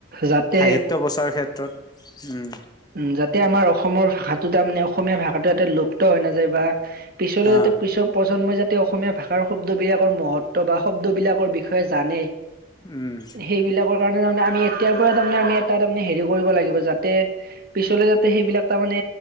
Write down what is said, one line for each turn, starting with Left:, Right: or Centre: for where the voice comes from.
Right: যাতে
Left: সাহিত্য বচাৰ ক্ষেত তত উম
Right: উম, যাতে আমাৰ অসমৰ ভাষাটো তাৰমানে অসমীয়া ভাষাটো এটা লোপ ত' হৈ নাযায় বা পিছলৈ যাতে
Left: আহ
Right: পিছৰ প্ৰজন্মই যাত তেওঁ অসমীয়া ভাষাৰ শব্দবিলাকৰ মহত্ব বা শব্দবিলাকৰ বিষয়ে জানে।
Left: উম।
Right: সেইবিলাকৰ কাৰণে তাৰমানে আমি এতিয়া তাৰমানে আমি এটা তামানে হেৰি কৰিব লাগিব। যাতে পিছলে যাতে সেইবিলাক তামানে